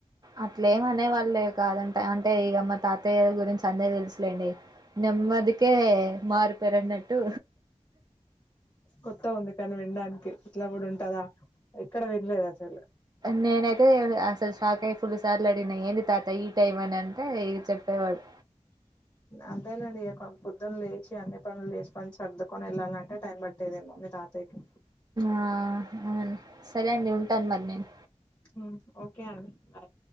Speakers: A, on the right; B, on the left.
A: అట్లేమనే వాళ్లే గాదంట అంటే ఇగ మా తాతయ్య గురించి అందరికి దెలుసులేండి నెమ్మదికే మారుపేరన్నట్టూ
B: కొత్తగుంది కనీ విన్డాన్కి ఇట్లా గుడుంటదా ఎక్కడ విన్లేదు అసలు
A: నేనైతే అసలు షాక్ అయ్యి ఫుల్ సార్లు అడిగిన ఏంది తాత ఈ టైం అని అంటే చెప్పేవాడు
B: అంతేలేండి ఇగ పొద్దున్న లేచి అన్ని పనుల్ జేస్కొని సర్దుకొని ఎళ్ళాలంటే టైం పడ్ ట్టేదేమో మీ తాతయ్కి
A: ఆ ఔన్ సరే అండి ఉంటాన్ మరి నేన్
B: ఉమ్ ఓకే అండి బాయ్